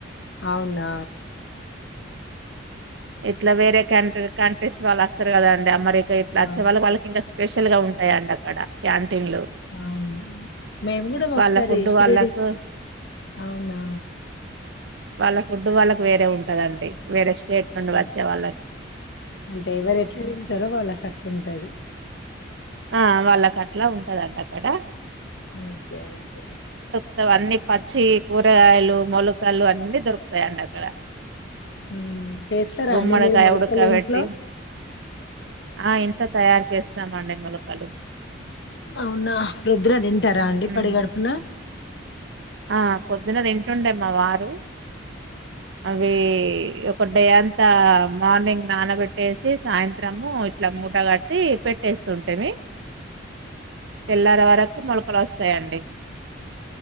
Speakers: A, on the left; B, on the right.
A: అవునా
B: ఇట్లా వేరే కంట్రీ కంట్రీస్ వాళ్లు అస్తారు గదా అండి అమరీక్ ఇగా ఇట్లా అచ్చే
A: అవు
B: వాళ వాళ్లకి ఇంకా స్పెషల్ గా ఉంటాయి అండి అక్కడ క్యాంటీన్లు
A: అవున మేము కూడా ఒకసారి
B: వాళ్ళ ఫుడ్
A: షిరిడి
B: వాళ్ళకు
A: అవునా
B: వాళ్ళ ఫుడ్ వాళ్ళకి వేరే ఉంటదండి వేరే స్టేట్ నుండి
A: ఆ
B: వచ్చే వాళ్ళకి
A: అంటే ఎవరు ఎట్లా తింటారో వాళ్ళకట్లుంటది.
B: ఆ వాళ్ళకట్లా ఉంటదంట అక్కడ
A: అంతే అంతే
B: <unintelligible> వన్నీ పచ్చి కూరగాయలు, మొలకలు అన్ని దొరుకుతాయండి అక్కడ.
A: మ్మ్ చేస్తారాండి
B: గుమ్మడికాయ
A: మీరు మొలకలు
B: ఉడకబెట్టి
A: ఇంట్లో
B: ఆ ఇంట్లో తయారు చేస్తామండి మొలకలు
A: అవునా రుద్ర తింటారాండి పడి
B: ఉమ్
A: గడుపున.
B: ఆ పొద్దున తింటూడే మావారు అవి ఒక డే అంతా మార్నింగ్ నానబెట్టేసి సాయంత్రము ఇట్లా మూటగట్టి పెట్టేస్. స్తుంటిమి తెల్లారే వరకు మొలకలోస్సయండి.